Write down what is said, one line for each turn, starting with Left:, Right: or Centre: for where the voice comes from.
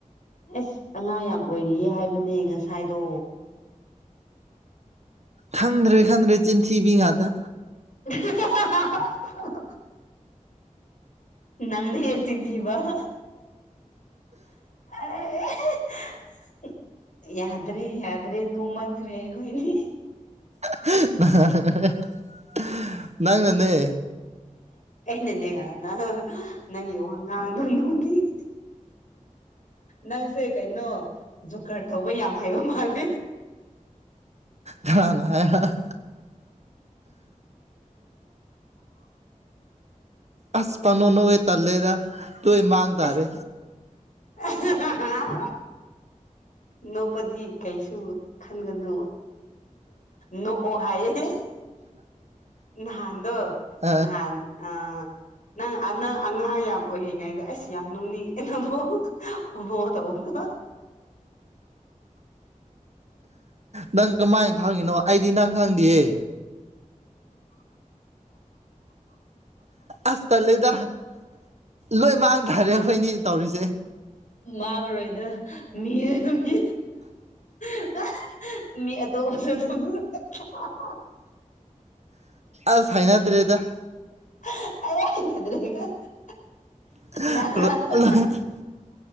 Left: ꯑꯁ ꯑꯉꯥꯡ ꯌꯥꯝ ꯑꯣꯏꯔꯤꯌꯦ ꯍꯥꯏꯕꯅꯦ ꯉꯁꯥꯏꯗꯣ꯫
Right: ꯈꯪꯗ꯭ꯔꯦ ꯈꯪꯗ꯭ꯔꯦ ꯆꯤꯟꯊꯤꯕꯤ ꯉꯥꯛꯇ꯫
Left: <unintelligible> ꯅꯪꯅꯦ ꯆꯤꯟꯊꯤꯕ <unintelligible> ꯑꯦ <unintelligible> ꯌꯥꯗ꯭ꯔꯦ ꯌꯥꯗ꯭ꯔꯦ ꯅꯣꯛꯃꯟꯈ꯭ꯔꯦ ꯑꯩꯈꯣꯏꯅꯤ꯫
Right: <unintelligible> ꯅꯪꯅꯅꯦ
Left: ꯑꯩꯅꯅꯦ ꯀꯥꯏꯅ <unintelligible> ꯅꯪꯒꯤ ꯋꯉꯥꯡꯗꯨ ꯅꯣꯛꯅꯤꯡꯉꯦ꯫꯫ ꯅꯪꯁꯦ ꯀꯩꯅꯣ ꯖꯨꯀꯔ ꯇꯧꯕ ꯌꯥꯝ ꯍꯩꯕ ꯃꯥꯂꯦ꯫
Right: ꯀꯅꯥꯅ ꯍꯥꯏꯕ <unintelligible> ꯑꯁ ꯄꯪꯅꯣꯛ ꯅꯣꯛꯑꯦ ꯇꯜꯂꯦꯗ ꯂꯣꯏ ꯃꯥꯡ ꯇꯥꯔꯦ꯫
Left: ꯑꯁ <unintelligible> ꯅꯣꯛꯄꯗꯤ ꯀꯩꯁꯨ ꯈꯟꯒꯅꯨ ꯅꯣꯛꯑꯣ ꯍꯥꯏꯌꯦ ꯅꯍꯥꯟꯗꯣ
Right: ꯑ
Left: ꯅꯍꯥꯟ ꯑ ꯅꯪ ꯅꯪ ꯑꯉꯥꯡ ꯌꯥꯝ ꯑꯣꯏꯔꯤꯉꯩꯗ ꯑꯩꯁ ꯌꯥꯝ ꯅꯣꯛꯅꯤꯡ <unintelligible> ꯍꯣꯃꯣ ꯇꯧꯕꯗꯣ
Right: ꯅꯪ ꯀꯃꯥꯏꯅ ꯈꯪꯉꯤꯅꯣ ꯑꯩꯗꯤ ꯅꯪ ꯈꯪꯗꯦꯌꯦ ꯑꯁ ꯇꯜꯂꯦꯗ ꯂꯣꯏ ꯃꯥꯡ ꯇꯥꯔꯦ ꯑꯩꯈꯣꯏꯅꯤ ꯇꯧꯔꯤꯁꯦ
Left: ꯃꯥꯡꯔꯣꯏꯗ ꯃꯤ ꯃꯤ <unintelligible> <unintelligible> ꯃꯤ ꯑꯇꯣꯞꯄꯁꯨ <unintelligible>
Right: ꯑꯁ ꯍꯩꯅꯗ꯭ꯔꯦꯗ
Left: <unintelligible>
Right: <unintelligible>
Left: ꯅꯍꯥꯟ